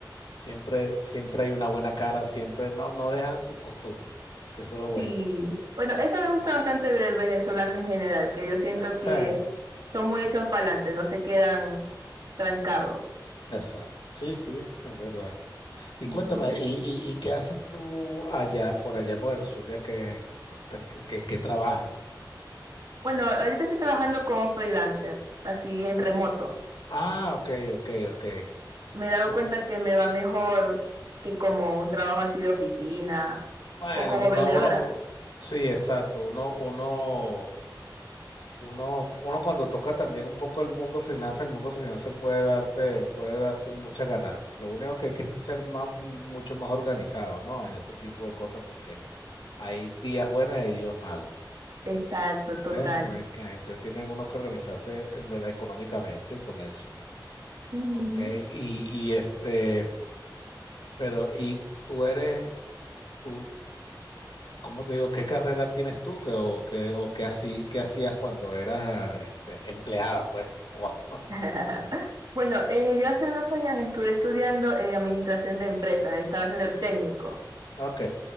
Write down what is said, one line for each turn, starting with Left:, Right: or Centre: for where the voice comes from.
Left: siempre, siempre hay una buena cara, siempre no, no dejan su costumbre, que eso es lo
Right: Sí,
Left: bueno.
Right: bueno, eso me gusta bastante del venezolano en general, que yo siento
Left: Ah, O
Right: que
Left: sea,
Right: son muy hechos para adelante, no se quedan trancados.
Left: exacto. Sí, sí, es verdad. Y
Right: Ujú.
Left: cuéntame, ¿y, y, y qué haces tú allá, por allá, por el sur, ya que, que, que- que- en qué trabajas?
Right: Bueno, ahorita estoy trabajando como freelancer, así en remoto.
Left: Ah, ok, ok, ok.
Right: Me he dado
Left: Tú,
Right: cuenta que me va mejor que como un trabajo así de oficina
Left: bueno,
Right: o como
Left: uno,
Right: vendedora.
Left: uno, sí, exacto. Uno, uno, uno, uno cuando toca también un poco el mundo freelance, el mundo freelance puede darte, puede darte muchas ganancias. Lo único que hay que ser más, mucho más organizado, ¿no? En ese tipo de cosas, porque hay días buenos y hay días malos.
Right: Exacto, total.
Left: ¿Ves? No hay que- entonces tienen uno que organizarse en verdad, económicamente con eso.
Right: Ujú.
Left: Ok, y, y este, pero y tú eres, tú, ¿cómo te digo? ¿Qué carrera tienes tú? que o qué, o qué así, qué hacías cuando eras ah, este, empleada, pues? <laughs> O-
Right: <laughs> Bueno, eh, yo hace unos años estuve estudiando eh, administración de empresas, estaba haciendo el técnico,
Left: Ok,